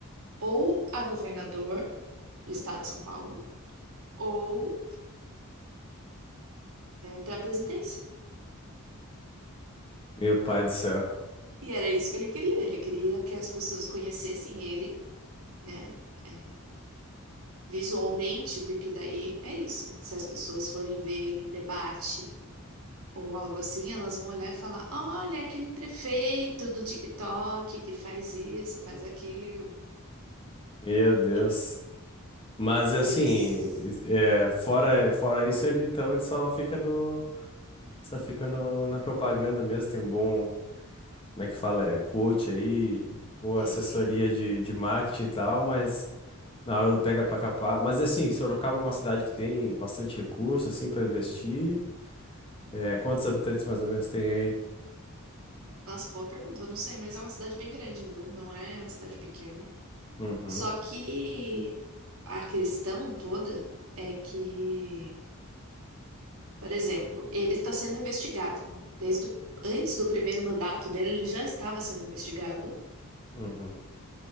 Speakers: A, on the right; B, on the left.
A: ou a governador do estado de São Paulo ou para a presidência.
B: Meu pai do céu.
A: E era isso que ele queria. Ele queria que as pessoas conhecessem ele, né? é, visualmente, porque daí é isso. Se as pessoas forem ver ele em debate. ou algo assim, elas vão olhar e falar: olha, aquele prefeito do TikTok que faz isso, faz aquilo.
B: Meu Deus.
A: E,
B: Mas assim,
A: e eles
B: é, fora, fora isso, ele então ele só fica no, só fica no, na propaganda mesmo. Tem um bom, como é que fala? É, coach aí, boa
A: têm.
B: assessoria de, de marketing e tal, mas. Na hora do pega pra capar. Mas assim, Sorocaba é uma cidade que tem bastante recurso, assim, para investir. É, quantos habitantes mais ou menos tem aí?
A: Nossa, boa pergunta, eu não sei, mas é uma cidade bem grande, viu? Não é uma cidade pequena.
B: Uhum,
A: Só que a questão toda é que, por exemplo, ele está sendo investigado. né? Desde o- antes do primeiro mandato dele, ele já estava sendo investigado.
B: uhum.